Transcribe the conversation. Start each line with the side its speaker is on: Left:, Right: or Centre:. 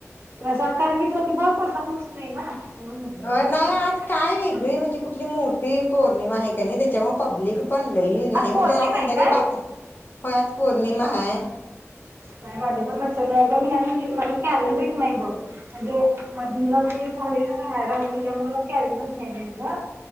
Right: प्रसाद कारणन की, ज्योतीबावर प्रसाद नसतोय ना. म्हणून म्हणलं तुझं.
Left: अ नाही आज काय वेगळी
Right: हम्म.
Left: म्हणजे कुठली मोठी पौर्णिमा हाय कणी, त्याच्यामुळे पब्लिक पण लई नाही
Right: पौर्णिमा
Left: म्हणजे आज संध्याकाळी
Right: आहे काय?
Left: बात हो आज पौर्णिमा हाय.
Right: नाही माझे पण लक्षच नाही गं माझं कॅलेंडर नाही बघ. म्हणजे मध ते राहायला आले त्याच्यामुळे कॅलेंडर घ्याय नाही गं.